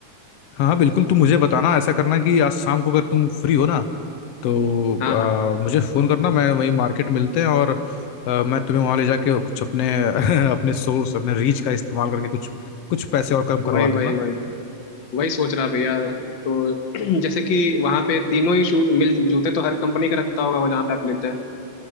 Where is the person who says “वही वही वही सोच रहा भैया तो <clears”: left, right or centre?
Left